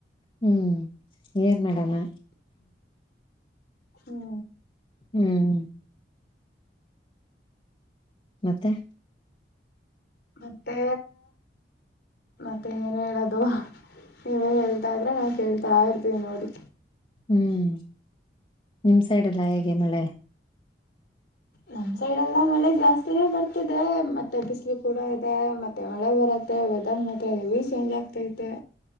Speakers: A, on the left; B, on the left.
A: ಹ್ಮ್ ಏನ್ಮಾಡನ.
B: ಹ್ಮ.
A: ಹ್ಮ್ ಮತ್ತೆ.
B: ಮತ್ತೆ ಮತ್ತೆ ಏನ್ ಹೇಳದು ನೀವೇ ಹೇಳ್ತಾ ಇದ್ರೆ ನಾ ಕೇಳ್ತಾ ಇರ್ತೀ ನೋಡಿ.
A: ಹ್ಮ್ ನಿಮ್ ಸೈಡೆಲ್ಲ ಹೇಗೆ ಮಳೆ.
B: ನಮ್ ಸೈಡ್ ಲ್ಲ ಮಳೆ ಜಾಸ್ತಿನೇ ಬರ್ತಿದೆ ಮತ್ತೆ ಬಿಸಿಲು ಕೂಡ ಇದೆ ಮತ್ತೆ ಮಳೆ ಬರುತ್ತೆ ವೆದರ್ ಮತ್ರ ಹೆವಿ ಚೇಂಜ್ ಆಗ್ತೈತೆ.